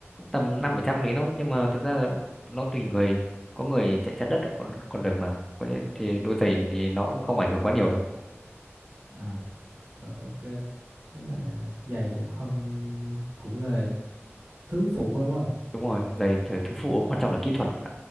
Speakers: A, in the centre; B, on the right.
A: tầm năm bảy trăm lý thôi nhưng mà thực ra là nó tùy người có người chạy chắn đất còn còn được mà có những thì đôi giày thì nó cũng không ảnh hưởng quá nhiều đâu
B: à rồi ok. Tức là giày cũng không cũng là thứ phụ thôi đúng không?
A: đúng rồi giày thì thứ phụ quan trọng là kỹ thuật